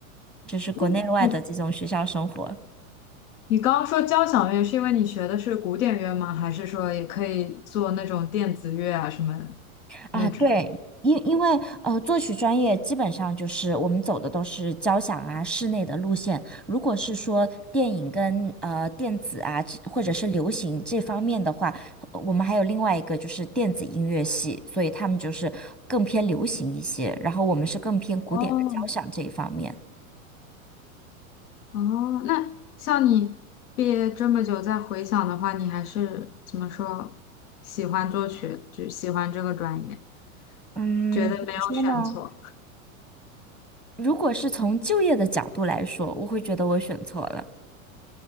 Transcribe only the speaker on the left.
那你你刚刚说交响乐，是因为你学的是古典乐吗？还是说也可以做那种电子乐啊什么
那种？
哦哦，那像你毕业这么久再回想的话，你还是怎么说喜欢作曲，就喜欢这个专业，
觉得没有选错。